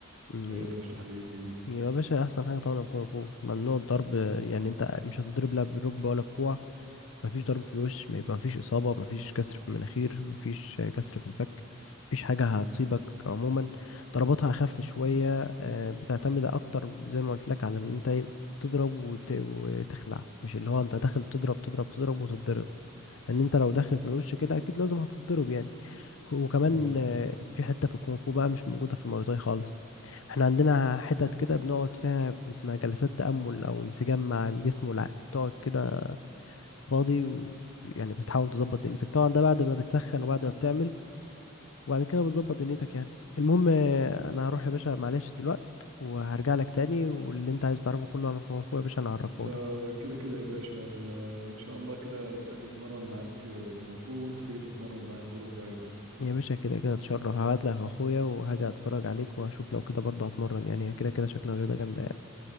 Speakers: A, on the left (about 65°); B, on the right (about 85°).
A: م-
B: فايه ترشح لي ايه فيهم
A: يا باشا احسن حاجة طبعا الكونغ فو ممنوع الضرب يعني انت مش هتضرب لا بالركبة ولا بكوع مفيش ضرب في الوش ما يبقى مفيش إصابة مفيش كسر في المناخير مفيش كسر في الفك مفيش حاجة هتصيبك عموما ضرباتها أخف شوية آه، بتعتمد أكتر زي ما قلت لك على إن أنت إيه، تضرب وت... وتخلع مش اللي هو أنت داخل تضرب تضرب تضرب وتتضرب لأن أنت لو داخل في الوش كده أكيد لازم هتتضرب يعني وكمان
B: اه فعلا
A: آه، في حتة في الكونغ فو بقى مش موجودة في المواي تاي خالص احنا عندنا حتت كده بنقعد فيها اسمها جلسات تأمل أو انسجام مع الجسم والعقل تقعد كده فاضي ويعني بتحاول تظبط دنيتك طبعا ده بعد ما بتسخن وبعد ما بتعمل وبعد كده بتظبط دنيتك يعني المهم آه، انا هروح يا باشا معلش دلوقت وهرجع لك تاني واللي انت عايز تعرفه كله عن كونغ فو يا باشا انا هعرفه
B: ده
A: لك
B: كده كده يا باشا انا ان شاء الله كده ابقى اجي اتمرن معاك آه، كونغ فو وانت تيجي تتمرن معايا كرة طايرة
A: يا باشا كده كده اتشرف هبعت لك اخويا وهاجي اتفرج عليك وهشوف لو كده برضه هتمرن يعني هي كده كده شكلها رياضة جامدة يعني